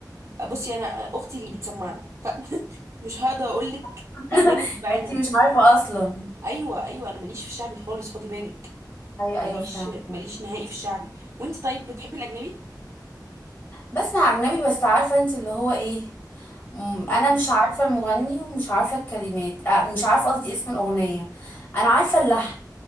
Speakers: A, on the right; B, on the left.
A: بصي انا اختي اللي بتسمعني فمش <laughs> هقدر اقول لك
B: <laughs>
A: اغاني بعينها
B: ما انتي مش عارفه اصلا
A: ايوه ايوه انا ماليش في الشعبي خالص خدي بالك
B: ايوه
A: ماليش
B: ايوه فاهمة
A: ماليش نهائي في الشعبي وانت طيب بتحبي الاجنبي
B: بسمع اجنبي بس عارفه انتي اللي هو ايه مم،
A: امم
B: انا مش عارفه المغني ومش عارفه الكلمات آه، مش عارفه قصدي اسم الاغنيه انا عارفه اللحن